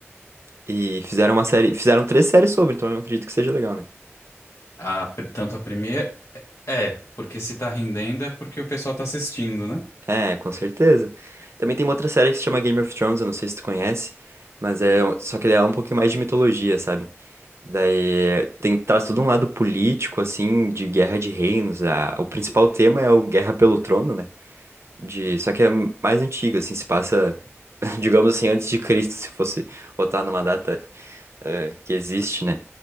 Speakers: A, on the right; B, on the left.
A: E fizeram uma série, fizeram três séries sobre, então eu acredito que seja legal, né?
B: A, pr- tanto a primeira. É, porque se tá rendendo é porque o pessoal tá assistindo, né?
A: É, com certeza. Também tem uma outra série que se chama Game of Thrones, eu não sei se tu conhece, mas é, um- só que ela é um pouquinho mais de mitologia, sabe? Daí tem, traz todo um lado político, assim, de guerra de reinos. A, o principal tema é o Guerra pelo Trono, né? De, só que é mais antigo, assim, se passa, <laughs> digamos assim, antes de Cristo, se fosse botar numa data é, que existe, né?